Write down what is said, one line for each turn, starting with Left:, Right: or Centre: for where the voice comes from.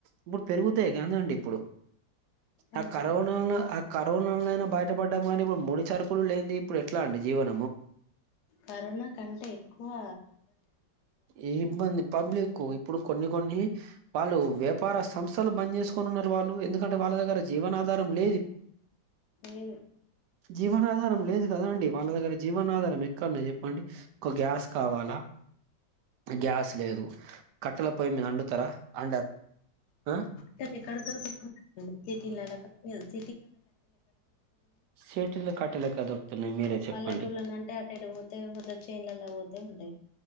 Right: ఇప్పుడు పెరుగుతాయి. కాదండి ఇప్పుడు
Left: అవునండి
Right: ఆ కరోనల్లో ఆ క కరోనా బయటపడ్డం కానీ ఇప్పుడు ముడి చ రుకులు లేదు ఇప్పుడు ఎట్లా అండి జీవనము.
Left: కరోనా కంటే ఎక్కువ ఇబ్బంది అయింది
Right: ఏ ఇబ్బంది పబ్లిక్ ఇప్పుడు కొన్ని కొన్ని వాళ్ళు వ్యాపార సంస్థలు బంద్ చేసుకొని ఉన్నారు. వాళ్ళు ఎందుకంటే వాళ్ళ దగ్గర జీవనాధారం లేదు ఇప్పుడు.
Left: లేదు
Right: జీవనాధారం లేదు కదా అండి వాళ్ళ దగ్గర జీవనాధారం ఎక్కడన్నా చెప్పండి ఒక గ్యాస్ కావాలా గ్యాస్ లేదు కట్టల పొయ్యి మీద వండుతరా అండరాదు ఆ
Left: కట్టెలు ఎక్కడ దొరుకుతాయండి సిటిలలో సటీల ఇళ్లల్లా కట్టలే.
Right: సిటీల కట్టలేెక్కడ దొరుకుతున్నాయి మీరే చెప్పండి.
Left: పల్లెటూర్లలో అంటే అటెటు పోతే కొందరు చేన్లలో పోతే ఉంటాయి